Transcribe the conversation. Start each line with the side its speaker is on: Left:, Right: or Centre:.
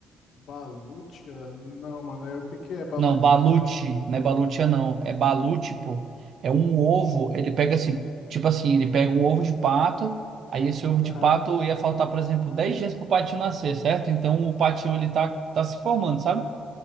Left: Balutia? Não, mano. é- O que que é balutia?
Right: Não, balut, não é balutia, não. É balut, pô. É um ovo,
Left: Hum,
Right: ele pega assim, tipo assim, ele pega um ovo de pato, aí esse ovo
Left: Aham.
Right: de pato ia faltar, por exemplo, 10 dias pro patinho nascer, certo? Então o patinho, ele tá, tá se formando, sabe?